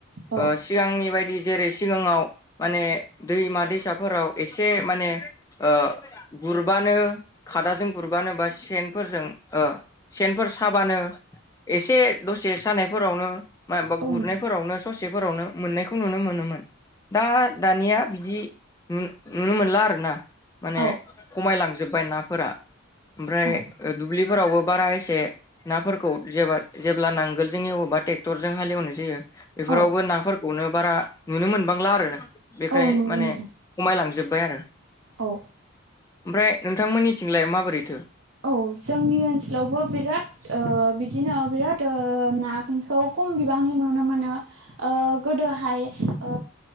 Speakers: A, on the right (about 70°); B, on the left (about 15°).
A: औ
B: ओ सिगांनि बायदि जेरै सिगाङाव माने दैमा दैसाफोराव एसे माने ओ गुरबानो खादाजों गुरबानो बा सेनफोरजों ओ सेनफोर साबानो एसे दसे सानायफोरावनो मायबा
A: औ
B: गुरनायफोरावनो
A: नोंथां
B: ससेफोरावनो मोननायखौ नुनो मोनोमोन। दा दानिया बिदि नु-नुनो मोनला आरोना माने।
A: औ
B: खमायलांजोबबाय नाफोरा। ओमफ्राय
A: औ
B: दुब्लिफोरावबो बारा एसे नाफोरखौ जेब्ला नांगोलजों एवोबा ट्रेक्टरजों हालेवनाय जायो बेफोरावबो
A: औ
B: नाफोरखौनो बारा नुनो मोनबांला आरो। बेखाय
A: औ नंगौ
B: माने
A: नोंथां
B: खमायलांजोबबाय आरो
A: औ
B: ओमफ्राय नोंथांमोननिथिंलाय माबोरैथो?
A: औ जोंनि ओनसोलावबो बिराद ओ बिदिनो बिराद ओ नाखौ खम बिबांनि नुनो मोनो। ओ गोदोहाय ओ